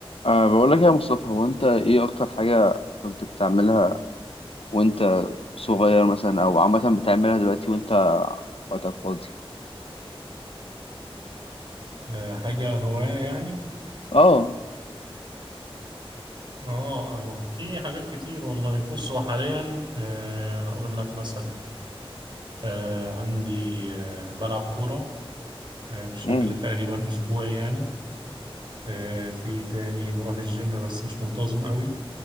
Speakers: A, on the left; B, on the right.
A: أه بقول لك يا مصطفى هو أنت إيه أكتر حاجة كنت بتعملها وأنت صغير مثلا أو عامة بتعملها دلوقتي وأنت وقتك فاضي؟
B: آه، حاجة هواية يعني
A: أه
B: اه اه في حاجات كتير والله بص هو حاليا آه، اقول لك مثلا آه، عندي آه، بلعب كورة آه، بشكل
A: أمم
B: تقريبا اسبوعي يعني آه، في تاني بروح الجيم بس مش منتظم قوي